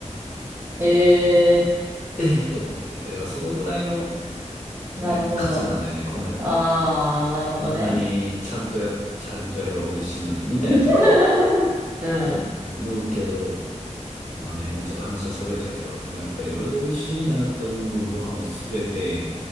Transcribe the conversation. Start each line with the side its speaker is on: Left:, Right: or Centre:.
Right: <laughs> ええ
Left: ええと思って。だからそのぐらいの、
Right: ー、なるほど。
Left: なんか価値なんだよね、米って。
Right: ああ、なるほどね。
Left: あんなにちゃんとや、ちゃんとやれば美味しいのに、みたいなね、
Right: <laughs> うん、
Left: 思うけど、まあね、まあ、ちょっと話はそれたけど、でもやっぱり俺が美味しいなと思うご飯をすべて、